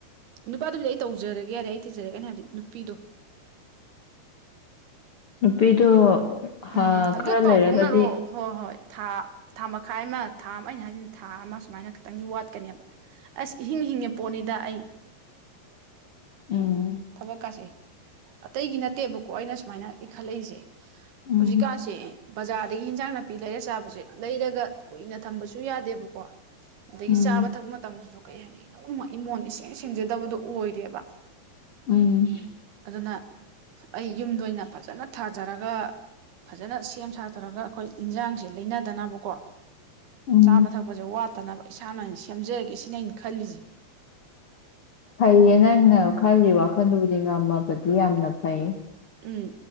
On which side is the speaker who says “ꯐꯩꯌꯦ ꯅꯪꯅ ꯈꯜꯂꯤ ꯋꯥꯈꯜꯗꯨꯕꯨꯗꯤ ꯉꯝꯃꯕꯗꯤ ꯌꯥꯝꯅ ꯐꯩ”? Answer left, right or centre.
Left